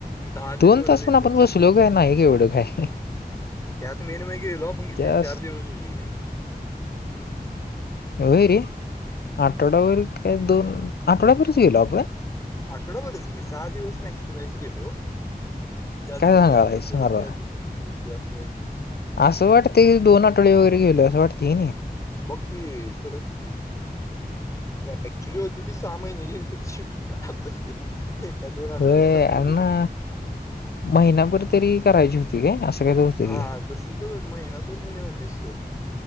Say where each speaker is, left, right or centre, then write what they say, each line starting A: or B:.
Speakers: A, on the left; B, on the left.
A: दहा ते
B: दोन
A: दोनच
B: तास
A: इंटर्नशिप
B: पण आपण बसलो काय नाही एवढं काय.
A: त्यात मेन म गेलो आपण किती
B: त्यास
A: चार दिवसच गे.
B: वैरे आठवड्यावरर काय दोन आठवड्यावरच गेलो आपण.
A: आठवडाभरच की सहा दिवस नेक्स्ट मॅच गेलो. त्यात
B: काय
A: पण
B: सांगालायस
A: एक दोन दिवस
B: मला
A: काय त सुट्टी घेतली अस
B: असं वाटत दोन आठवडे वगैरे गेले असं वाटते.
A: बघकी खरच की ऍक्च्युली होती ती सहा महिन्याची इंटर्नशिप. आपण एका दोन आठवड्यात
B: होय
A: संपवली.
B: अण्णा महिनाभर तरी करायची होती काय असं काय तर होतं
A: हा
B: की
A: तस तर महिना दोन महिने होतीस.